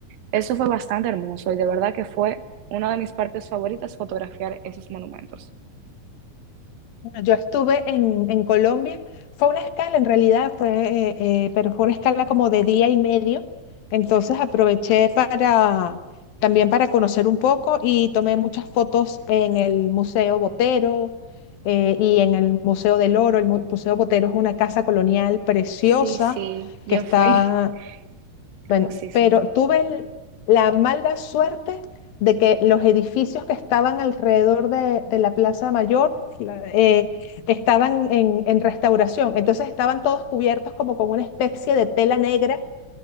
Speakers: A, on the right; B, on the left.
A: Eso fue bastante hermoso y de verdad que fue una de mis partes favoritas fotografiar esos monumentos.
B: Bueno, Yo estuve en, en Colombia, fue una escala en realidad, fue, eh, eh, pero fue una escala como de día y medio, entonces aproveché para también para conocer un poco y tomé muchas fotos en el Museo Botero eh, y en el Museo del Oro. El Mu- Museo Botero es una casa colonial preciosa
A: Sí, sí, yo
B: que está
A: fui <laughs> hermosísimo.
B: bueno, pero tuve el- la mala suerte de que los edificios que estaban alrededor de, de la Plaza Mayor la- eh, estaban en, en restauración, entonces estaban todos cubiertos como con una especie de tela negra